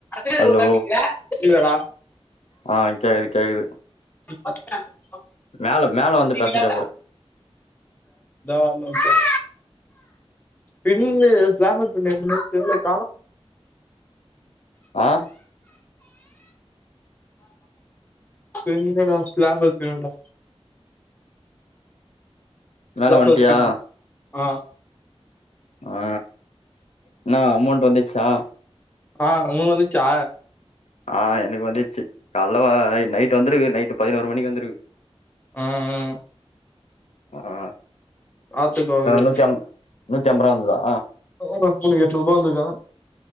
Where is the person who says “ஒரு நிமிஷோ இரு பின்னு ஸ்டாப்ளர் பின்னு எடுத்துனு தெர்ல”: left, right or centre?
Left